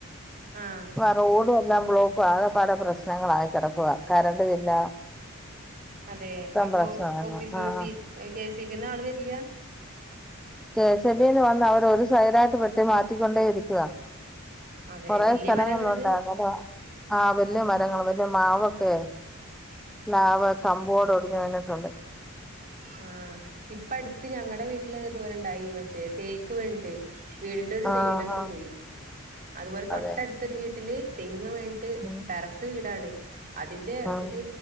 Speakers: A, on the right (about 40°); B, in the centre.
A: ആഹ്
B: വറോട് ഒ എല്ലാം ബ്ലോക്കും ആകപാടെ പ്ര പ്രശ്നങ്ങളായി കിടക്കുവ കരണ്ടുംവില്ല
A: അതെ അപ്പൊ
B: പ്രശ്നമായിരുന്നു
A: ഓഫീസ്ന്ന്
B: ആഹ്
A: സി കെ സിബിന്ന് ആള് വരില്ല
B: കെ എസ് സി ബിന്ന് വന്ന് അവര് ഒരു സൈഡായിട്ട് വെട്ടി മാറ്റിക്കൊണ്ടേ ഇരിക്കുക
A: അതെ
B: കുറെേ
A: വല്യ
B: സ്ഥലങ്ങളില
A: മരാ വീണത്
B: ഉണ്ടായിന്നരോ ആ വലിയ മരങ്ങൾ വലിയ മാവ് ആ ന അവ കമ്പോട് <unintelligible>
A: ആ ഇപ്പ അടുത്ത് ഞങ്ങടെ വീട്ടില് ഇതുപോലെ ഇണ്ടായി മറ്റേ തേക്ക് വീണ്ട്ട്ട് വീടിന്റെ ഒരു
B: ആഹ്
A: സൈഡങ്ങട്ട്
B: ആഹ്
A: പോയി അതുപോലെ തൊട്ടടുത്തൊരു
B: അതെ
A: വീട്ടില് ങ്ങ് വീണ്ടിട്ട്
B: ഉം
A: ടെറസ് വീടാണ് <inaudible> അതിന്റെ
B: ആഹ്
A: ഒരു